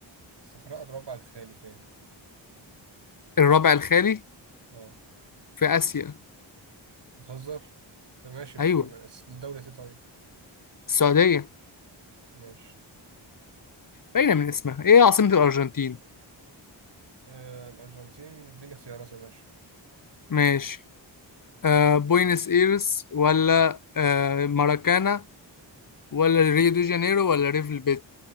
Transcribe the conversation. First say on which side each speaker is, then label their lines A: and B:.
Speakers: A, on the right; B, on the left.
A: الصحراء الربع الخالي فين؟
B: الربع الخالي
A: اه
B: في آسيا
A: بتهزر فماشي في
B: أيوه
A: بس لدولة ايه طيب
B: السعودية
A: ماشي
B: باينة من اسمها إيه عاصمة الأرجنتين؟
A: آه الأرجنتين اديني اختيارات يا باشا
B: ماشي آه بوينس إيرس ولا آه ماراكانا ولا ريو دي جانيرو ولا ريفل بيت